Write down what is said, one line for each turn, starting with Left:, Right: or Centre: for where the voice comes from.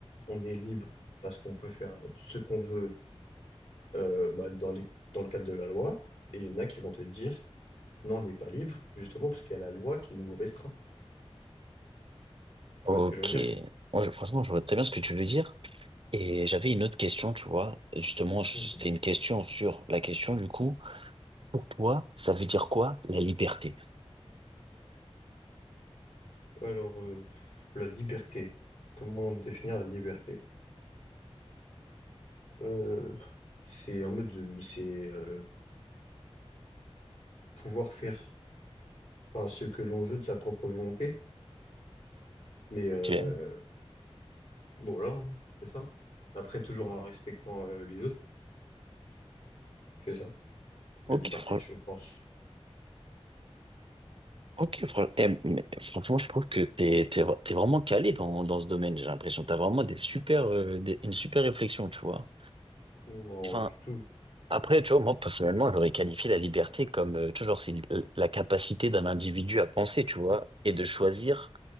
Left: on est libre parce qu'on peut faire ce qu'on veut euh, bah, dans les, dans le cadre de la loi, et il y en a qui vont te dire, non, on n'est pas libre, justement parce qu'il y a la loi qui nous restreint.
Right: Ok.
Left: Tu vois ce que je veux dire?
Right: Moi, je- franchement, je vois très bien ce que tu veux dire. Et j'avais une autre question, tu vois. Justement, je-
Left: Mhm.
Right: c'était une question sur la question du coup. Pour toi, ça veut dire quoi la liberté?
Left: Alors, euh, la liberté. Comment définir la liberté? Euh, c'est en mode, de- c'est euh, pouvoir faire enfin, ce que l'on veut de sa propre volonté, mais euh,
Right: Tu vois
Left: bon, voilà, hein, c'est ça. Après, toujours en respectant euh, les autres, c'est ça, la
Right: Ok,
Left: liberté,
Right: fran-
Left: je pense.
Right: ok, fran- eh, mais franchement, je trouve que t'es, t'es, vra- t'es vraiment calé dans, dans ce domaine, j'ai l'impression. T'as vraiment des super, euh, des- une super réflexion, tu vois.
Left: Non,
Right: Enfin,
Left: du tout.
Right: après, tu vois, moi, personnellement, j'aurais qualifié la liberté comme, euh, toujours, c'est l- la capacité d'un individu à penser, tu vois, et de choisir